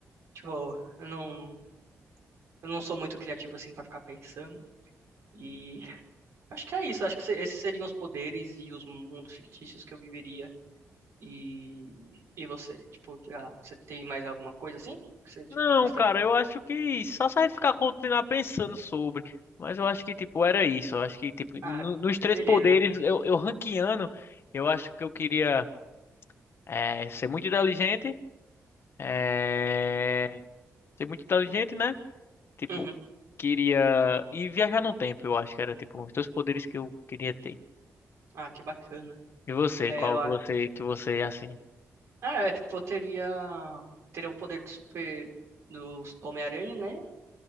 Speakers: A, on the right; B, on the left.
A: Tipo, eu não, eu não sou muito criativo assim pra ficar pensando. E acho que é isso. Acho que se- esses seriam os poderes e os mundos fictícios que eu viveria. E, e você? Tipo, já, você tem mais alguma coisa assim? Que você, tipo,
B: Não,
A: gostaria.
B: cara, eu acho que só se a gente ficar continuar pensando sobre. Mas eu acho que, tipo, era isso. Eu acho que, tipo, no-
A: Ah,
B: nos três
A: beleza.
B: poderes, eu, eu ranqueando, eu acho que eu queria é, ser muito inteligente. É, ser muito inteligente, né? Tipo,
A: Uhum.
B: queria e viajar no tempo, eu acho que era tipo os dois poderes que eu queria ter.
A: Ah, que bacana.
B: E você,
A: É,
B: qual
A: lá.
B: que você que você é assim?
A: Ah, é, tipo, eu teria. Teria o poder do super. Do Homem-Aranha, né?